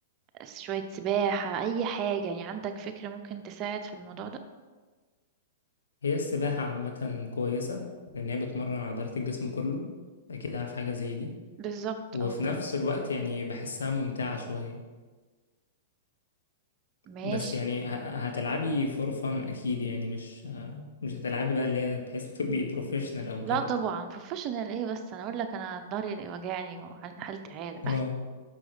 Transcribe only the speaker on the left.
هي السباحة عامة كويسة لأن هي بتمرن عضلات الجسم كله أكيد عارف حاجة زي دي
وفي
نفس الوقت يعني بحسها ممتعة شوية
بس يعني ه- هتلعبي فور فن أكيد يعني مش مش هتلعبي بقى اللي هي بحيث <laughs> تبقي بروفيشنال أو كده
اه